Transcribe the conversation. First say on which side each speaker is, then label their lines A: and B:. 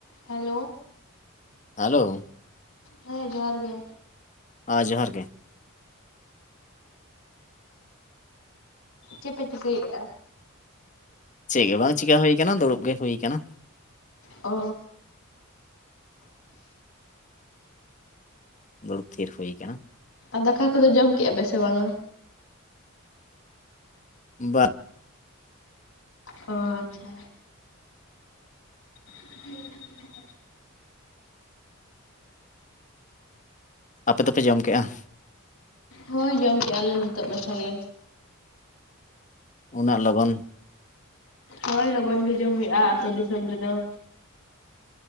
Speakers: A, on the left; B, on the left.
A: Hello
B: hello
A: ᱦᱮᱸᱻ ᱡᱚᱦᱟᱨ ᱜᱮ,
B: ᱦᱟᱸ ᱡᱚᱦᱟᱨ ᱜᱮ
A: ᱪᱮᱫ ᱯᱮ ᱪᱤᱠᱟᱹ ᱮᱭᱟ
B: ᱪᱮᱫ ᱜᱮ ᱵᱟᱝ ᱪᱮᱠᱟ ᱦᱩᱭ ᱟᱠᱟᱱᱟ ᱫᱩᱲᱩᱵ ᱜᱮ ᱦᱩᱭ ᱟᱠᱟᱱᱟ ᱾
A: ᱚᱻ
B: ᱫᱩᱲᱩᱵ ᱛᱦᱤᱨ ᱦᱩᱭ ᱠᱟᱱᱟ ᱾
A: ᱟᱨ ᱫᱟᱠᱟ ᱠᱚᱫᱚ ᱡᱚᱢ ᱠᱮᱫᱼᱟ ᱯᱮ ᱥᱮ ᱵᱟᱝᱟ?
B: ᱵᱟ
A: ᱚ, ᱟᱪᱷᱟ ᱦᱮᱸ
B: ᱟᱯᱮ ᱫᱚ ᱯᱮ ᱡᱚᱢ ᱠᱮᱭᱼᱟ ᱾
A: ᱦᱳᱭ ᱡᱚᱢ ᱠᱮᱫᱮᱜᱼᱟ ᱞᱮ ᱱᱤᱛᱚᱜ ᱢᱟᱪᱷᱟ ᱜᱮ ᱾
B: ᱩᱱᱟᱹᱜ ᱞᱚᱜᱚᱱ
A: ᱦᱳᱭ ᱞᱚᱜᱚᱱ ᱜᱮ ᱡᱚᱢ ᱦᱩᱭᱩᱜᱼᱟ ᱟ ᱟᱹᱛᱩᱳ ᱫᱤᱥᱚᱢ ᱨᱮᱫᱚ ᱾